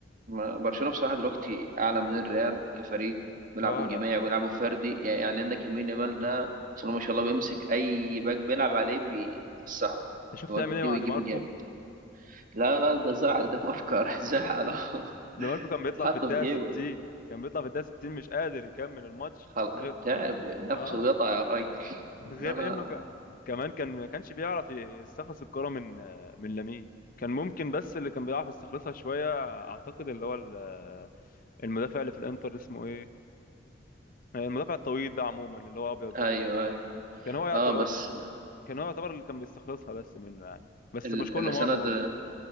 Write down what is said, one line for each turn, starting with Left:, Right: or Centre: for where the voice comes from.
Right: ما- برشلونة بصراحة دلوقتي اعلى من الريال كفريق بيلعبوا
Left: اه لا
Right: جماعي ويلعبوا فردي يعني يعني عندك يمين يامال ده بسم الله ما شاء الله بيمسك اي باك بيلعب عليه بيفسحه
Left: انت شفت
Right: بيوديه
Left: عامل ايه مع
Right: ويجيبه
Left: دي ماركو
Right: جامد لا لا ده زعل ده ماركر <laughs> زعل أهو.
Left: دي ماركو كان بيطلع
Right: حطه
Left: في الدقيقة
Right: في جيبه
Left: 60 كان بيطلع في الدقيقة 60 مش قادر يكمل الماتش
Right: خل...
Left: غير
Right: تعب نفسه
Left: اه
Right: اتقطع يا راجل
Left: غير
Right: لا لا
Left: انه ك... كمان كان ما كانش بيعرف يستخلص الكرة من من لامين كان ممكن بس اللي كان بيعرف يستخلصها شوية اعتقد اللي هو ال- المدافع اللي في الانتر اسمه ايه المدافع الطويل ده عموما اللي هو ابيض ده
Right: ايوه ايوه
Left: كان هو يعت...
Right: اه بس
Left: كان هو يعتبر اللي كان بيستخلصها بس منه يعني بس
Right: ال-
Left: مش كل مره
Right: السنة ده
Left: برضه